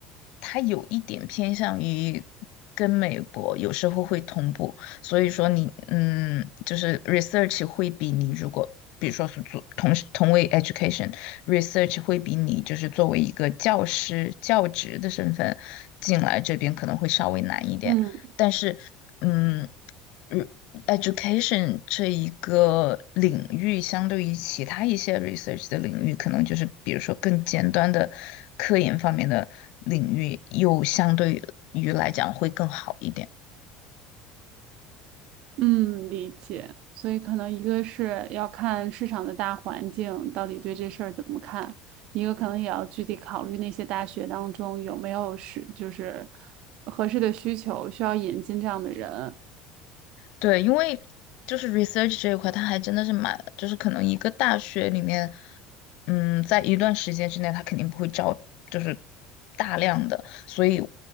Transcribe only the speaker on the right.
嗯
嗯，理解。所以可能一个是要看市场的大环境到底对这事儿怎么看，一个可能也要具体考虑那些大学当中有没有是就是合适的需求需要引进这样的人。